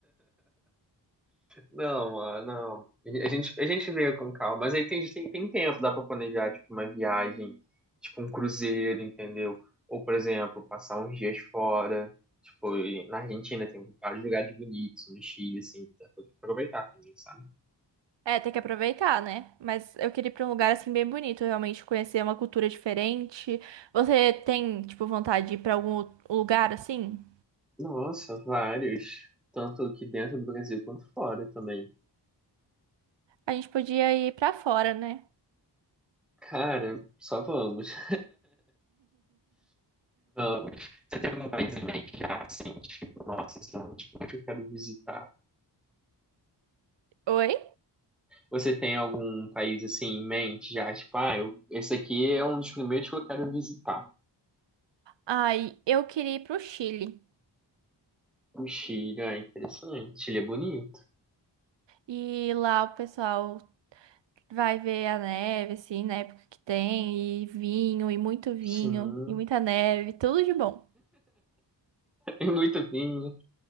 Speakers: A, in the centre; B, on the right.
A: Não, ah, não. A gente, a gente veio com calma, mas aí tem, tem, tem tempo, dá pra planejar, tipo, uma viagem, tipo, um cruzeiro, entendeu? Ou, por exemplo, passar uns dias fora, tipo, e na Argentina tem vários lugares bonitos, no Chile, assim, dá pra aproveitar também, sabe?
B: É, tem que aproveitar, né? Mas eu queria ir pra um lugar assim bem bonito, realmente conhecer uma cultura diferente. Você tem, tipo, vontade de ir pra algum lugar assim?
A: Nossa, vários. Tanto aqui dentro do Brasil quanto fora também.
B: A gente podia ir pra fora, né?
A: Cara, só vamos. <laughs> Então, você tem algum país em mente já, assim, tipo, nossa, esse é um tipo que eu quero visitar.
B: Oi?
A: Você tem algum país, assim, em mente já, tipo, ah, eu, esse aqui é um dos primeiros que eu quero visitar.
B: Ai, eu queria ir pro Chile.
A: O Chile, ah, interessante. Chile é bonito.
B: E lá o pessoal vai ver a neve, assim, na época que tem, e vinho, e muito vinho,
A: Sim,
B: e muita neve, tudo de bom.
A: <laughs> é muito bem.